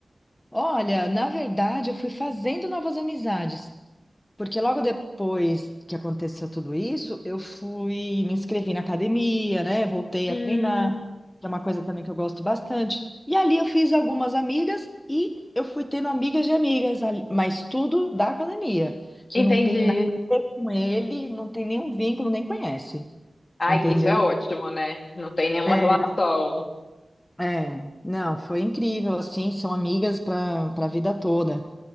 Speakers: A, on the left; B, on the left.
A: Olha, na verdade, eu fui fazendo novas amizades. Porque logo depois que aconteceu tudo isso, eu fui, me inscrevi na academia, né? Voltei
B: Hum,
A: a treinar, que é uma coisa também que eu gosto bastante. E ali eu fiz algumas amigas e eu fui tendo amigas de amigas, ali- mas tudo da academia, que
B: entendi.
A: não tem nada a ver com ele, não tem nenhum vínculo, nem conhece,
B: Ai,
A: entendeu?
B: que isso é ótimo, né? Não tem nenhuma
A: É,
B: relação.
A: é, não, foi incrível, assim, são amigas para para a vida toda.